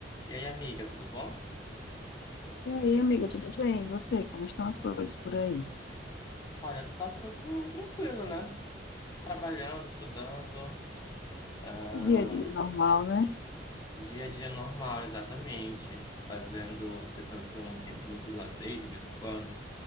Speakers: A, on the left; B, on the left.
A: E aí, amiga, tudo bom?
B: E aí, amigo, tudo bem? E você? Como estão as coisas por aí?
A: Olha, tá tudo tranquilo, né? Trabalhando, estudando, ah,
B: O dia a dia é normal, né?
A: dia a dia normal, exatamente. Fazendo, tentando ter um tempinho de lazer de vez em quando,